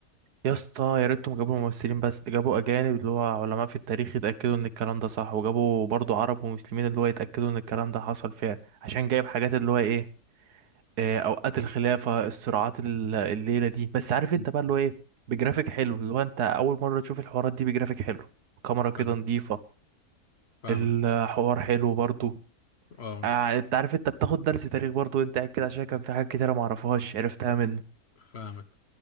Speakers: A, on the right; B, on the left.
A: يا اسطى يا ريتهم جابوا ممثلين بس جابوا اجانب اللي هو علماء في التاريخ يتاكدوا ان الكلام ده صح وجابوا برضو عرب ومسلمين اللي هو يتاكدوا ان الكلام ده حصل فعلا عشان جايب حاجات اللي هو ايه آه، اوقات الخلافه الصراعات ال- الليله دي بس عارف انت
B: مم.
A: بقى اللي هو ايه بجرافيك حلو اللي هو انت اول مره تشوف الحوارات دي بجرافيك حلو كاميرا كده
B: فاهمك
A: نظيفه
B: فاهمك
A: الحوار حلو برضو
B: اه
A: آه، انت عارف انت بتاخد درس تاريخ برضو انت قاعد كده عشان كان في حاجات كتيره معرفهاش عرفتها منه
B: فاهمك